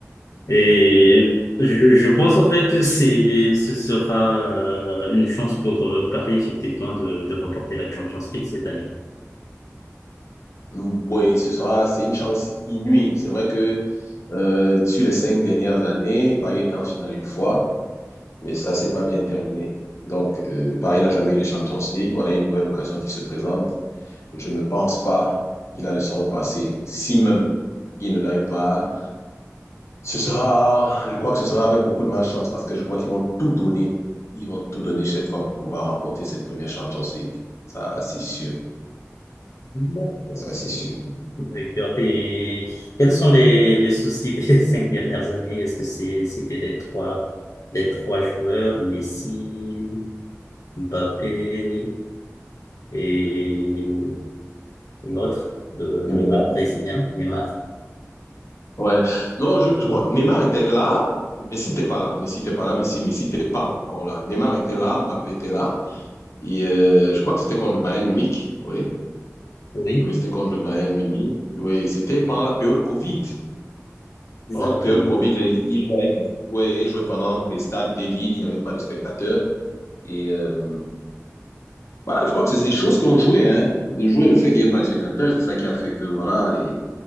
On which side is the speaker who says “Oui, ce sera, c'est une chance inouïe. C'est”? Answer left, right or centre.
Left